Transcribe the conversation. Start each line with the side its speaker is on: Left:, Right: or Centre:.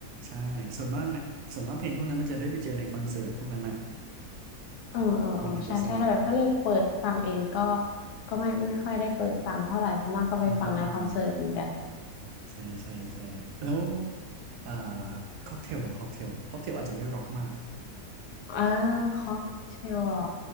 Right: ใช่ส่วนมากอะส่วนมากเพลงพวกนั้นมันจะได้ไปเจอในคอนเสิร์ตพวกนั้นอ่ะ
Left: เออเออเออใช่ใช่ถ้าแบบถ้าเลือกเปิดฟังเองก็
Right: มันถึงจะสนุก
Left: ก็ไม่ไม่ค่อยได้เปิดฟังเท่าไหร่ส่วนมากก็ไปฟังในคอนเสิร์ตเหมือนกัน
Right: อืมอืมอืมใช่ใช่ใช่แล้วอ่าค็อกเทลอ่ะค็อกเทลค็อกเทลอาจจะไม่ร็อกมาก
Left: เออค็อกเทลเหรอ